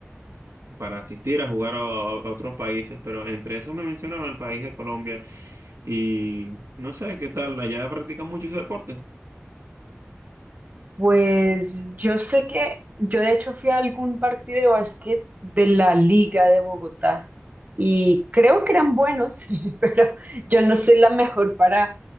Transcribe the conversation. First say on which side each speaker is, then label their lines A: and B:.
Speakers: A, on the right; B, on the right.
A: para asistir a jugar a, a otros países, pero entre esos me mencionaron el país de Colombia y no sé qué tal, allá practican mucho ese deporte.
B: Pues yo sé que yo de hecho fui a algún partido de básquet de la Liga de Bogotá y creo que eran buenos, <laughs> pero yo no soy la mejor para,